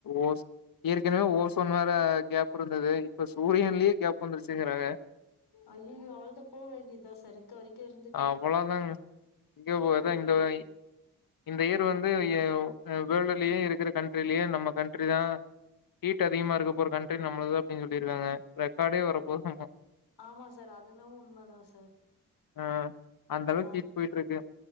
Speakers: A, on the left; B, on the left.
A: ஓஸ் ஏற்கனவே ஓசோன் வேற கேப் இருந்தது இப்ப சூரியன்லயே கேப் வந்துருச்சுங்றாங்க.
B: அய்யயோ அவளதான் போக வேண்டியதான் சாரு. <unintelligible> இருந்து
A: அவ்ளோதாங்க இங்க போகாத
B: வேண்டியதா
A: இங்க வை இந்த இயர்
B: ஆம்
A: வந்து யோ அ வேர்ல்டுலயே இருக்கிற கண்ட்ரிலயே நம்ம கண்ட்ரிதான் ஹீட் அதிகமா இருக்க போற கண்ட்ரி நம்மளது தா அப்டின்னு சொல்லியிருக்காங்க ரெக்கார்டே வர போது ஆமா
B: ஆமா சார் அது என்னவோ உண்மை தான் சார்.
A: ஆ அந்த அளவுக்கு
B: நா
A: ஹீட் போயிட்டுருக்கு